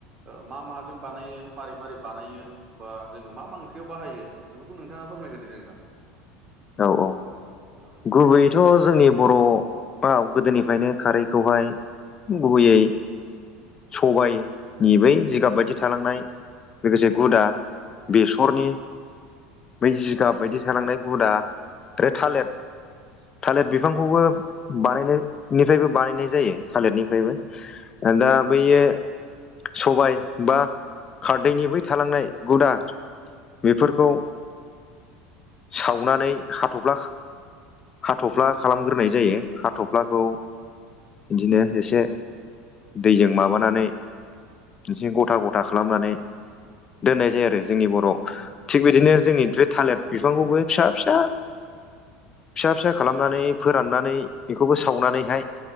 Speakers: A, on the right; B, on the left.
A: ओ मा माजों बानायो मारै मारै बानायो! बा जोङो मा मा ओंख्रियाव बाहायो बेफोरखौ नोंथाङा फोरमायग्रोदो दे नोंथां।
B: औ औ
A: औ
B: गुबैयैथ'
A: दे नोंथां
B: जोंनि बर'आव गोदोनिफ्रायनो खारैखौहाय गुबैयै सबायाइ नि बै जिगाब बायदि थालांनाय लोगोसे गुदा बेसरनि, बै जिगाब बायदि थालांनाय गुदा आरो थालेर थालेर बिफांखौबो बानायनायनिफ्रायबो बानायनाय जायो थालेरनिफ्रायबो दा बैयो सबाय बा खारदैनि बै थालांनाय गुदा बेफोरखौ सावनानै हाथ'फ्ला हाथफ्ला खालामग्रोनाय जायो हाथ'फ्लाखौ इदिनो एसे दैजों माबानानै एसे गथा गथा खालामनानै दोननाय जायो आरो जोंनि बर' थिग बिदिनो जोंनि बे थालिर बिफांखौबो फिसा फिसा फिसा फिसा खालामनानै फोराननानै बेखौबो सावनानैहाय